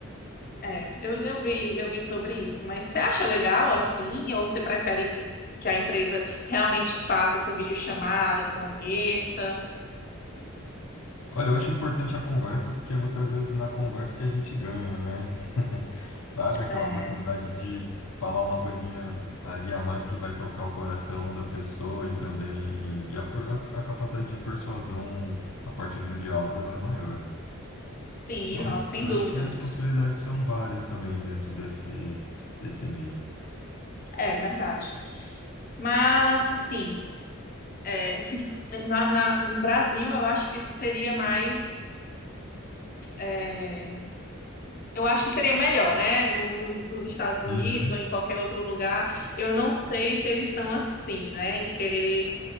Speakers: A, on the left (about 45°); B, on the left (about 75°).
A: É, eu, eu vi, eu vi sobre isso, mas você acha legal assim, ou você prefere que, que a empresa realmente faça essa videochamada, conheça?
B: Olha, eu acho importante a conversa porque é muitas vezes na conversa que a gente ganha, né? <laughs> Sabe, aquela
A: É,
B: oportunidade de falar uma coisinha ali a mais que vai tocar o coração da pessoa e também e a, per- a- a capacidade de persuasão a partir de um diálogo ela é maior, né?
A: sim,
B: Mas
A: nossa, sem
B: eu
A: dúvidas.
B: acho que as possibilidades são várias também dentro desse desse meio.
A: É verdade. Mas assim, é, se, na, na- no Brasil eu acho que isso seria mais, é, eu acho que seria melhor, né? No, no- nos Estados Unidos
B: Uhum,
A: ou em qualquer outro lugar, eu não sei se eles são assim, né? De querer